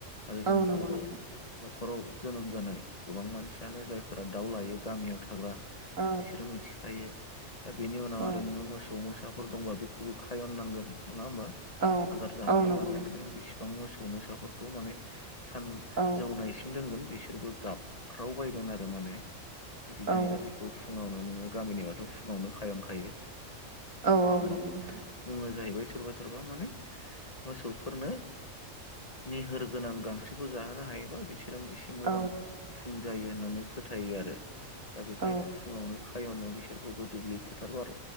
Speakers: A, on the left; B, on the right.
A: आरो जोंनि
B: औ नंगौ
A: बर'
B: नोंथां
A: न'खराव जोनोम जानाय गोबां मानसियानो जायफोरा दाउ लायो गामियाव थाग्रा बिसोरो
B: औ
A: मिथिखायो। दा बेनि उनाव
B: औ
A: आरो नोङो मोसौ मोसाफोर दंबा बेखौबो खायननांगोन। नङा होमबा
B: औ
A: आदार जानांगोन
B: औ नंगौ
A: नालाय
B: नोंथां
A: नों बेसिबां मोसौ मोसाफोरखौ माने सान
B: औ
A: जौनायसिम दोनगोन बिसोरबो गाबख्रावबायगोन आरो माने। बिदि
B: औ
A: जायो दा बेखौ फुङावनो नोङो गामिनिबाथ' फुङावनो खायनखायो।
B: औ औ
A: माने
B: नंगौ नोंथां
A: बुङो जाहैबाय। सोरबा सोरबा माने मोसौफोरनो निहोर गोनां गां सोखौ जाहोनो हायोबा बिसोरो एसे मोजां
B: औ
A: फुं जायो होननानै फोथायो आरो दा बेखायनो
B: औ
A: फुङावनो खायावनो बिसोरखौबो दुब्लि फोथार बार